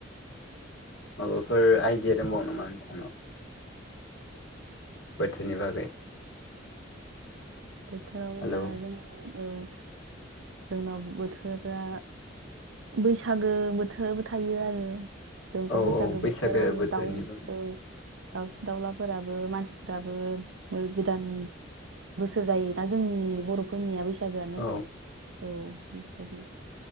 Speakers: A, on the left; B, on the right.
A: माबाफोर आइडिया दंबावो नामा नोंथानाव? बोथोरनि बागै।
B: बोथोराव
A: हेलौ
B: दा जों औ। जोंनाव बोथोरा बैसागो बोथोरबो थायो आरो। जोंथ'
A: औ
B: बैसागो
A: औ
B: बोथोराव
A: बोथोरनि
B: दाउ
A: बागै
B: औ दाउसिन-दाउलाफोराबो मानसिफोराबो गोदान बोस जायोना जोंनि बर'फोरनिया बैसागोआनो।
A: औ
B: औ बेबायदि